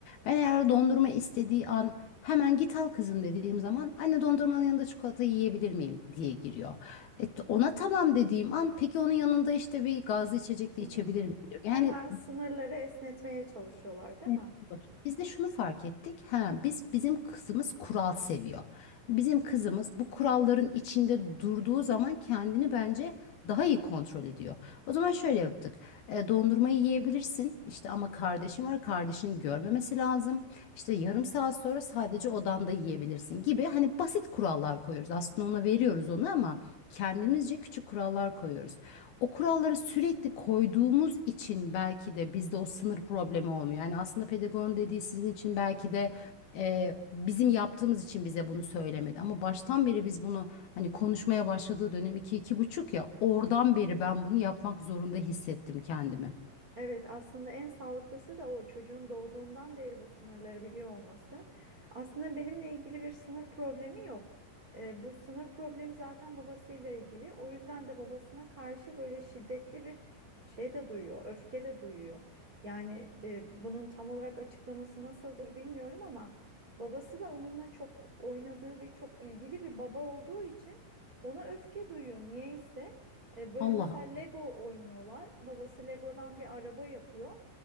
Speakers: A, on the left (about 60°); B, on the right (about 35°).
A: Ben eğer o dondurma istediği an hemen git al kızım dediğim zaman anne dondurmanın yanında çikolata yiyebilir miyim diye giriyor. E, ona tamam dediğim an peki onun yanında işte bir gazlı içecek de
B: Hı.
A: içebilir miyim diyor. Yani
B: Hemen sınırları esnetmeye çalışıyorlar, değil
A: Evet,
B: mi?
A: diyor. Biz de şunu fark ettik. Ha, biz bizim kızımız kural seviyor. Bizim kızımız bu kuralların içinde durduğu zaman kendini bence daha iyi kontrol ediyor. O zaman şöyle yaptık. E, dondurmayı yiyebilirsin. İşte ama kardeşim var. Kardeşini görmemesi lazım. İşte yarım saat sonra sadece odanda yiyebilirsin gibi hani basit kurallar koyuyoruz. Aslında ona veriyoruz onu ama kendimizce küçük kurallar koyuyoruz o kuralları sürekli koyduğumuz için belki de bizde o sınır problemi olmuyor. Yani aslında pedagogun dediği sizin için belki de e, bizim yaptığımız için bize bunu söylemedi. Ama baştan beri biz bunu hani konuşmaya başladığı dönem iki iki buçuk ya oradan beri ben bunu yapmak zorunda hissettim kendimi.
B: Evet aslında en sağlıklısı da o çocuğun doğduğundan beri bu sınırları biliyor olması. Aslında benimle ilgili bir sınır problemi yok. Ee, bu sınır problemi zaten babasıyla ilgili. O yüzden de babasına karşı böyle şiddetli bir şey de duyuyor, öfke de duyuyor. Yani e, bunun tam olarak açıklaması nasıldır bilmiyorum ama babası da onunla çok oynadığı ve çok ilgili bir baba olduğu için ona öfke duyuyor niyeyse. E, böyle
A: Allah.
B: mesela Lego oynuyorlar. Babası Lego'dan bir araba yapıyor.